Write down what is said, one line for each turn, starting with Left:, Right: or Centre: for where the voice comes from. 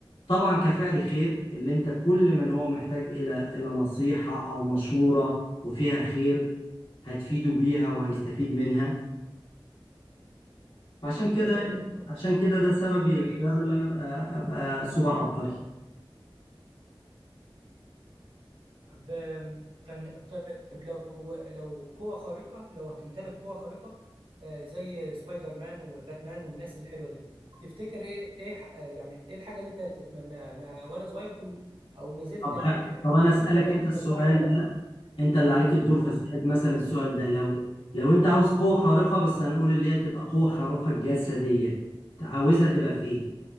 Left: طبعا كفعل خير اللي انت كل من هو محتاج الى الى نصيحة او مشورة وفيها خير هتفيده بيها وهيستفيد منها عشان كده
Right: والله ك-
Left: عشان
Right: ك-
Left: كده ده سببي
Right: جميل
Left: الاختيار
Right: الصراحه
Left: اللي انا ابقى ابقى سوبر عبقري
Right: ب- كان طيب لو لو قوة خارقة لو هتمتلك قوة خارقة آه، زي سبايدر مان وباتمان والناس الحلوة دي تفتكر ايه ايه ح- آه، يعني ايه الحاجة اللي انت تتمناها انا وانا صغير كنت او ما زلت
Left: طب
Right: يعني
Left: خ- طب انا
Right: آه، بما
Left: اسالك
Right: ان انا
Left: انت
Right: كنت
Left: السؤال
Right: بتفرج على
Left: ده انت اللي عليك الدور
Right: على
Left: فاسالك
Right: س-
Left: مثلا السؤال ده لو لو انت عاوز قوه خارقه بس هنقول اللي هي تبقى قوه خارقه جسديه عاوزها تبقى في ايه؟